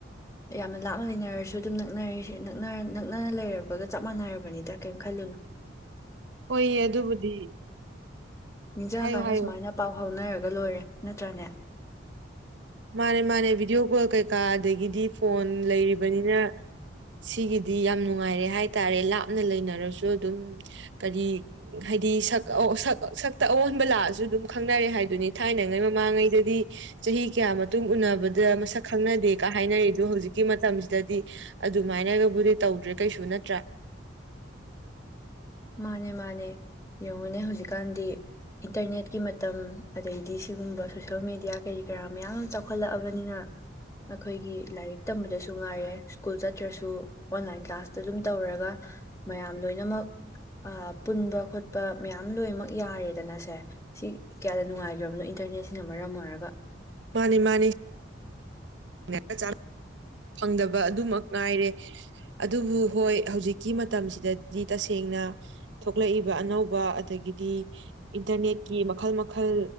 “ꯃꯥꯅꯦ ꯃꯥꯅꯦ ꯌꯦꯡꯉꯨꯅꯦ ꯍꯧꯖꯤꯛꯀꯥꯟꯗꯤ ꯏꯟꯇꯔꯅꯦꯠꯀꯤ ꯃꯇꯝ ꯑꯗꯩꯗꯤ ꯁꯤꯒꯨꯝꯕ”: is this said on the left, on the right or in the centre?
Left